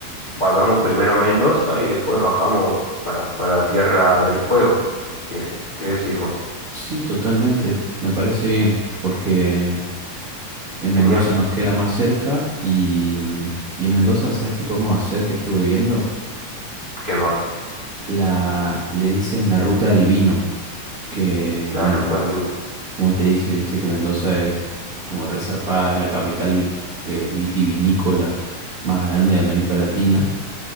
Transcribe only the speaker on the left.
vayamos primero a Mendoza y después bajamos para, para Tierra del Fuego. ¿Qué, qué decís vos?
Genial.
¿Qué más?
La ruta
del vino.